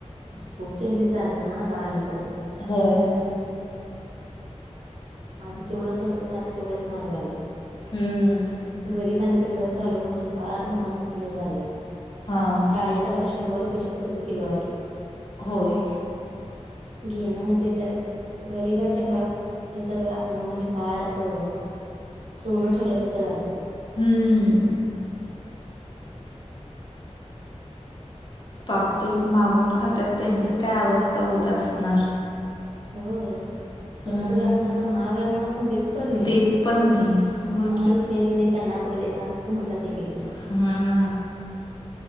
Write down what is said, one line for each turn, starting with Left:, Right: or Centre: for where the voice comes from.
Right: असं खूप चेंजेस झालेत ना आता अलीकडं.
Left: होय.
Right: आधी जेवढं स्वस्त होत आता तेवढेच महाग झालंय.
Left: हम्म
Right: गरिबांनी तर घर चालवणं म्हणजे फार महत हे झालंय.
Left: हां
Right: डाळी तर आता शंभर रुपयाच्या पुढेच किलो आहे.
Left: होय.
Right: घेणं म्हणजे चला गरिबांच्या घरात हे सगळं असणं म्हणजे फार असं. सोनं ठेवल्यासारखं झालंय.
Left: हम्म. पाप ते मागून खात्यात त्यांच काय अवस्था होत असणार.
Right: होय त्यांना
Left: हम्म
Right: तरी आपण आता महाग आहे म्हणून आपण देत''--'' पण नाही.
Left: देत पण नाही होय
Right: आम्हालाच
Left: की.
Right: मिळत नाही त्यांना कुठे द्यायचा असं म्हणतात एक एक जण.
Left: हा,